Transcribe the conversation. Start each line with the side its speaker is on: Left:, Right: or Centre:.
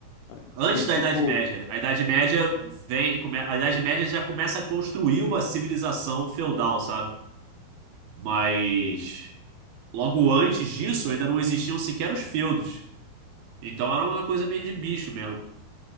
Left: ah,
Right: antes
Left: foi tipo.
Right: da Idade Média. A Idade Média vem, come- a Idade Média já começa a construir uma civilização feudal, sabe? Mas
Left: Sei.
Right: logo antes disso ainda não existiam sequer os feudos. Então era uma coisa meio de bicho mesmo,